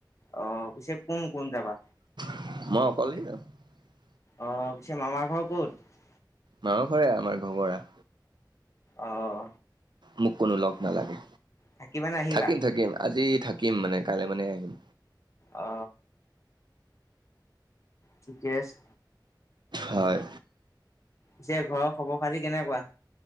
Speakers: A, on the left; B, on the right.
A: অ পিছে কোন কোন যাবা?
B: <inaudible>
A: অ পিছে মামাৰ ঘৰ ক'ত
B: মা ঘৰে আমাৰ ঘবৰা
A: অ অ
B: মোক কোনো লগ নালাগে
A: থাকিবানে আহিবা
B: থাকিম থাকিম আজি থাকিম মানে কাইলৈ মানে আহিম
A: অ ঠিকেই আছে
B: হয়
A: এতিয়া ঘৰৰ খবৰ খালী কেনেকুৱা